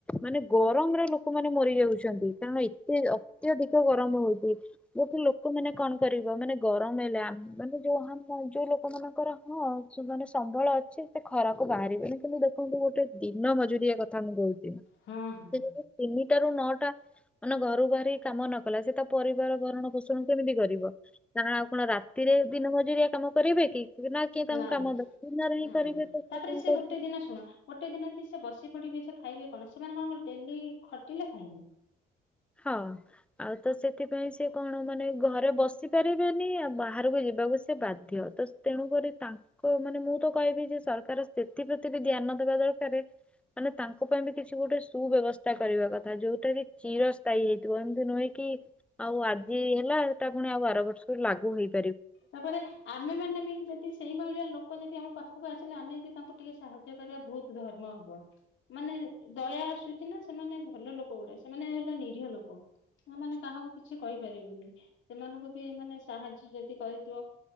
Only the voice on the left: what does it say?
ହଁ
ନାଇଁ
ନାଇଁ
ତାପରେ
ସେ
ଗୋଟେ ଦିନ ଶୁଣ ଗୋଟେ ଦିନ ଦି ସେ ବସି ପଡିବେ ସେ ଖାଇବେ କଣ। ସେମାନେ କଣଙ୍କର ଡେଲି ଖଟିଲେ ଖାଇବେ।
ତାପରେ ଆମେ ମାନେ ବି <unintelligible> ସେଇ ଭଳିଆ ଲୋକ ଯଦି ଆମ ପାଖକୁ ଆସିଲେ ଆମେ ଯଦି ତାଙ୍କୁ ଟିକେ ସାହାଯ୍ୟ କରିବା ବହୁତ ଧର୍ମ ହବ। ମାନେ ଦୟା ଆସୁଛି ନା ସେମାନେ ଭଲ ଲୋକ ଗୁଡା। ସେମାନେ ହେଲା ନିରୀହ ଲୋକ। ସେ ମାନେ କାହାକୁ କିଛି କହିପାରିବନି। ସେମାନଙ୍କୁ ବି ମାନେ ସାହାଯ୍ୟ ଯଦି କ